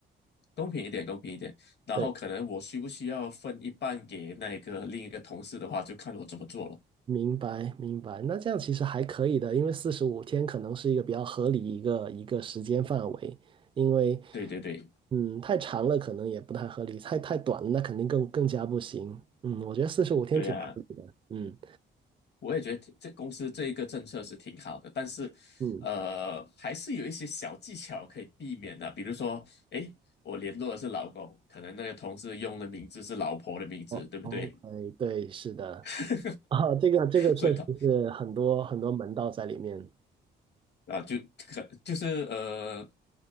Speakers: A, on the left; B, on the right.
A: 公平一点，公平一点。然后可能我需不需要分一半给那个另一个同事的话，
B: 对。
A: 就看我怎么做了。
B: 明白，明白。那这样其实还可以的，因为四十五天可能是一个比较合理一个一个时间范围，因为
A: 对对对
B: 嗯太长了可能也不太合理，太太短了那肯定更更加不行。嗯，我觉得四十五天挺合理的。
A: 对呀、
B: 嗯
A: 我也觉得挺这公司这一个政策是挺好的，但是呃，
B: 嗯，
A: 还是有一些小技巧可以避免的，比如说，诶，我联络的是老公，可能那个同事用的名字是老婆的名字，
B: 哦，OK，
A: 对不对？
B: 对，是的，
A: <laughs>
B: <laughs> 啊，这个这个确实是很多很多门道在里面。
A: 所以他啊，就可就是呃，